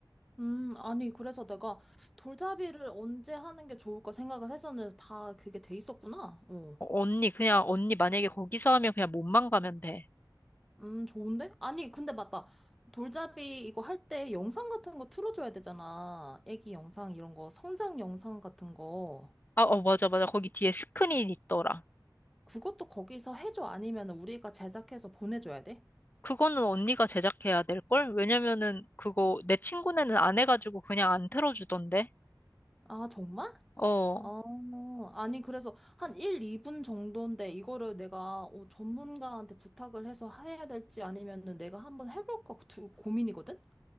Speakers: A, in the centre; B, on the left (about 25°).
A: 음, 아니, 그래서 내가 돌잡이를 언제 하는 게 좋을까 생각을 했었는데 다 그게 돼 있었구나. 어.
B: 어, 언니, 그냥 언니 만약에 거기서 하면 그냥 몸만 가면 돼.
A: 음, 좋은데? 아니, 근데 맞다. 돌잡이 이거 할 때 영상 같은 거 틀어줘야 되잖아. 애기 영상 이런 거, 성장 영상 같은 거.
B: 아, 어, 맞아, 맞아. 거기 뒤에 스크린 있더라.
A: 그것도 거기서 해줘. 아니면 우리가 제작해서 보내줘야 돼?
B: 그거는 언니가 제작해야 될걸? 왜냐면은 그거 내 친구네는 안 해가지고 그냥 안 틀어주던데.
A: 아, 정말?
B: 어,
A: 어, 아니, 그래서 한 1, 2분 정도인데 이거를 내가 어, 전문가한테 부탁을 해서 해야 될지 아니면은 내가 한번 해볼까 두- 고민이거든?